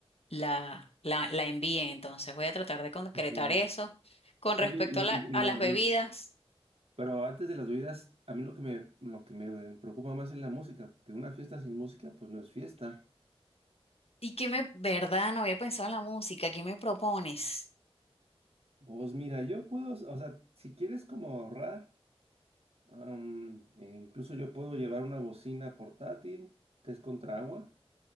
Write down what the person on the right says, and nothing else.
Ujú.
Oye,
y,
y-
y lo-
lo- pero antes de las bebidas, a mí lo que me, lo que me preocupa más es la música, porque una fiesta sin música pues no es fiesta.
Vos mira, yo puedo, o sea, si quieres como ahorrar. Am, e incluso yo puedo llevar una bocina portátil que es contra agua